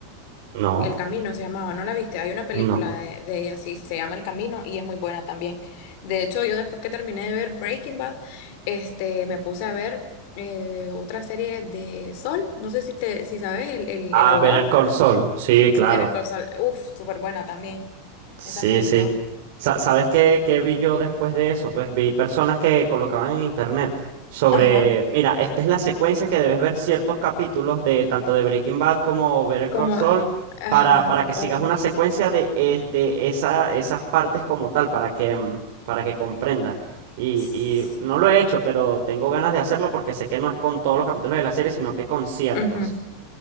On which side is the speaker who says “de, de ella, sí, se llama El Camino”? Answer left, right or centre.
Left